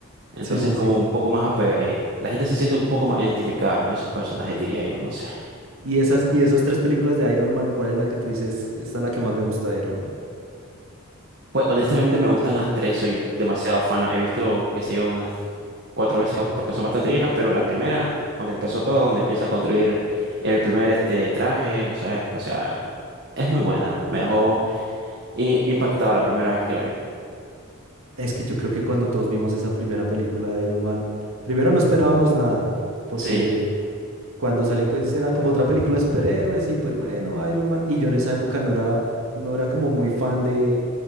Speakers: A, on the right; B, on the right.
A: Entonces,
B: sí, sí,
A: como
B: sí.
A: un poco más, ape- eh, la gente se siente un poco más identificada con esos personajes, diría yo, no sé.
B: Y esas, y esas tres películas de Iron Man, ¿cuál es la que tú dices? Esta es la que más me gusta de Iron Man.
A: Pues honestamente me gustan las tres, soy demasiado fan. la He visto, qué sé yo, unas cuatro veces porque son bastante viejas, pero la primera, donde empezó todo, donde empieza a construir el primer este traje, vos sabés, o sea, es muy buena. Me dejó i- impactado la primera vez que la vi.
B: Es que yo creo que cuando todos vimos esa primera película de Iron Man, primero no esperábamos nada, porque
A: Sí,
B: cuando salió pues era como otra película de superhéroes y pues bueno, Iron Man. Y yo en esa época no era, no era como muy fan de,